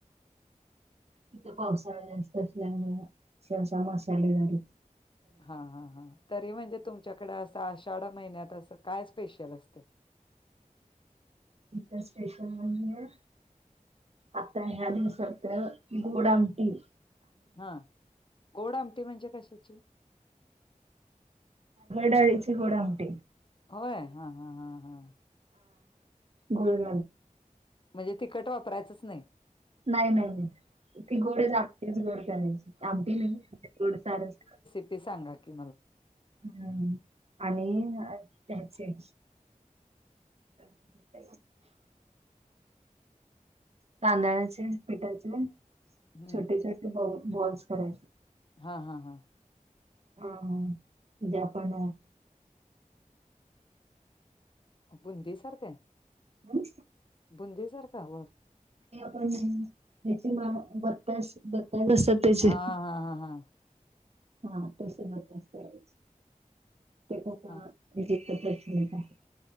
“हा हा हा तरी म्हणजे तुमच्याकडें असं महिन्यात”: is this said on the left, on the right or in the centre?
Left